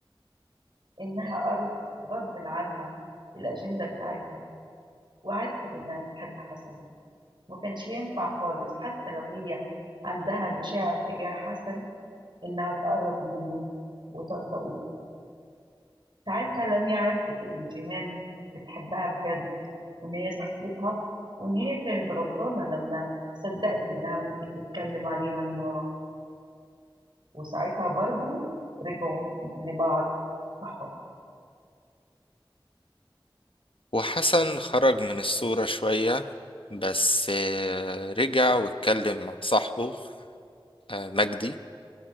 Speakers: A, on the right; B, on the left.
A: إنها قرت غصب عنها الأجندة بتاعتها وعرفت إنها بتحب حسن ما كانش ينفع خالص حتى لو هي عندها مشاعر تجاه حسن إنها تقرب منه وترتبط ساعتها لميا عرفت إن جيهان بتحبها بجد وان هي صاحبتها وان هي كانت غلطانه لما صدقت انها ممكن تتكلم عليها من ورا وساعتها برضو رجعوا لبعض صحاب
B: وحسن خرج من الصورة شوية بس آه، رجع واتكلم مع صاحبه آه، مجدي